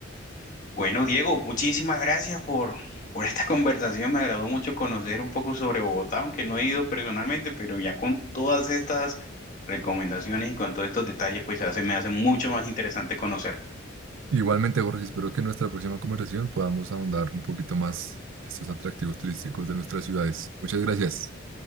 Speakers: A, on the left (about 40°); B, on the right (about 75°).
A: Bueno, Diego, muchísimas gracias por, por esta <laughs> conversación. Me agradó mucho conocer un poco sobre Bogotá, aunque no he ido personalmente, pero ya con todas estas recomendaciones y con todos estos detalles, pues se hace, me hace mucho más interesante conocer.
B: Igualmente, Jorge, espero que en nuestra próxima conversación podamos ahondar un poquito más estos atractivos turísticos de nuestras ciudades. Muchas gracias.